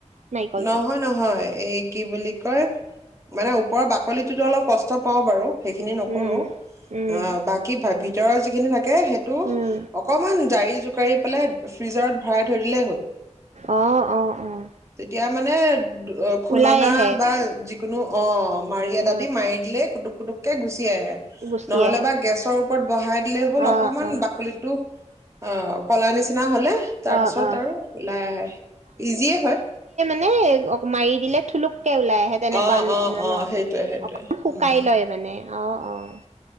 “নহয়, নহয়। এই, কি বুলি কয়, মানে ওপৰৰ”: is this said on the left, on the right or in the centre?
Right